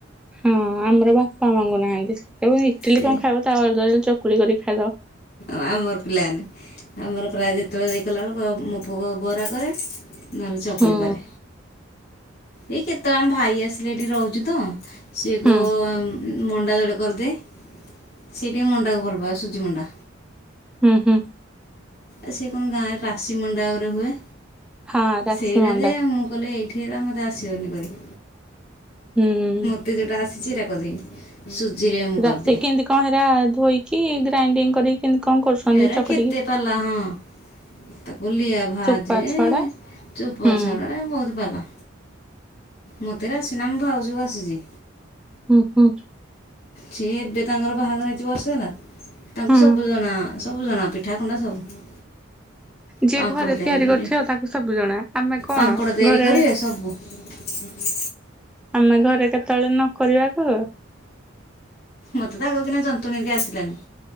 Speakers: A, in the centre; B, on the left.
A: ହଁ ଆମର ବାପା ମଙ୍ଗୁ ନାହାନ୍ତି ଏବଂ ଇଟିଲି
B: ସେ
A: କଣ ଖାଇବ ତା ବଦଳରେ ଚକୁଳି କରିକି ଖାଇଦବ।
B: ଆମର ପିଲାମାନେ ଆମର ପ୍ରାୟ ଯେତେବେଳେ ଦେଇଗଲାବେଳକୁ ମୋ ପୁଅ ବରା କରେ, ନହେଲେ ଚକୁଳି
A: ହୁଁ
B: କରେ। ଏଇ କେତେବେଳେ ଆମେ ଭାଇ ଆସିଲେ ଏଠି ରହୁଛୁ ତ ସିଏ କହି
A: ହୁଁ
B: ମଣ୍ଡା ଯୋଡେ କରିଦିଏ ସେଟିକେ ମଣ୍ଡାକୁ ଭଲ ପାଏ ସୁଜି ମଣ୍ଡା।
A: ହୁଁ ହୁଁ।
B: ଆ ସେ କଣ ଗାଁରେ ରାଶୀ ମଣ୍ଡା ଗୁରେ ହୁଏ
A: ହଁ ରାଶି
B: ସେଇଟା
A: ମଣ୍ଡା
B: ଯେ ମୁଁ କହିଲି ଏଇଠି ହେରା ମୋତେ ଆସିବନି କରି।
A: ହୁଁ ହୁଁଁ।
B: ମତେ ଯେଉଟା ଆସିଛି ସେଇଟା କରିମି। ସୁଜିରେ ମୁଁ
A: ରାଶି
B: କରିଦିଏ
A: କେମିତି କଣ ହେରା ଧୋଇକି ଗ୍ରାଇଣ୍ଡିଙ୍ଗ କରିକି କେମିତି କଣ କରୁଛନ୍ତି
B: ଏରା
A: ଚକଟିକି
B: କେତେ ପାଲା ହଁ ତାକୁ ଲିଆ ଭାଜେ
A: ଚୋପା ଛଡା
B: ଚୁପାଛଡା
A: ହୁଁ
B: ବହୁତ ପାଲା ମତେ ଏରା ଆସିନା ମୁଁ ଭାଉଜକୁ ଆସିଛି।
A: ହୁଁ ହୁଁ।
B: ସିଏ ଏବେ ତାଙ୍କର ବାହାଘରହେଇଛି ନା ବର୍ଷେ ହେଲା ତାଙ୍କୁ
A: ହଁ
B: ସବୁ ଜଣା ସବୁ ଜଣା, ପିଠା କୁଣ୍ଡା ସବୁ
A: ଯିଏ
B: ପାମ୍ପଡ
A: ଘରେ
B: ତିଆରି କରିବି,
A: କରିଥିବ ତାକୁ ସବୁ ଜଣା ଆମେ କଣ
B: ପାମ୍ପଡ ତିଆରି
A: ଘରେ
B: କରେ ସବୁ, ହଁ।
A: ଆମେ ଘରେ କେତେବେଳେ ନକରିବାକୁ
B: ମତେ ତ ଆଗ କିନା ଯନ୍ତୁଣୀ ଦେଇ ଆସିଲାନି